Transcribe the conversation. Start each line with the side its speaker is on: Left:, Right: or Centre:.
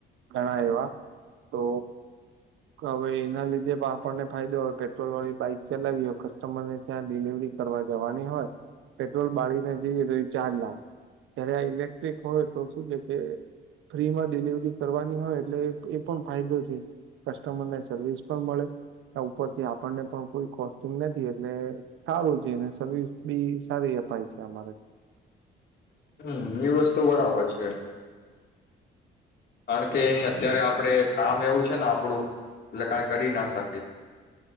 Right: ઘણા એવા તો હવે એના લીધે પણ આપણને ફાયદો પેટ્રોલ વાળી બાઈક ચલાવી હોય કસ્ટમરને ત્યાં ડિલિવરી કરવા જવાની હોય પેટ્રોલ બાળીને જઈએ તો એ ચાર્જ લાગે જય્યારે આ ઇલેક્ટ્રિક હોય તો શું કે કે ફ્રીમાં ડિલિવરી કરવાની હોય એટલે એ એ પણ ફાયદો છે કસ્ટમરને સર્વિસ પણ મળે એ ઉપરથી આપણને પણ કોઈ કોસ્ટીગ નથી એટલે સારું છે અને સર્વિસ બી સારી અપાય છે અમારેથી
Left: હમ એ વસ્તુ બરાબર છે. કારણ કે એની અત્યારે આપડે કામ એવું છે ને આપણું એટલે કાઈ કરી ના શકી.